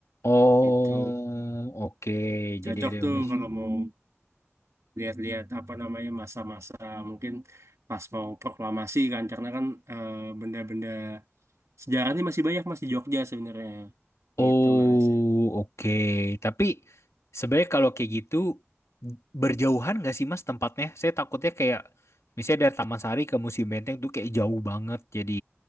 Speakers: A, on the left; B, on the right.
A: Oh,
B: Itu
A: oke.
B: cocok
A: Jadi ada
B: tuh
A: museum.
B: kalau mau lihat-lihat apa namanya masa-masa mungkin pas mau proklamasi kan, karena kan eh, benda-benda sejarahnya masih banyak Mas di Jogja sebenarnya.
A: Oh,
B: Gitu Mas.
A: oke. Tapi sebenarnya kalau kayak gitu berjauhan nggak sih mas tempatnya? Saya takutnya kayak misalnya dari Taman Sari ke Museum Menteng tuh kayak jauh banget. Jadi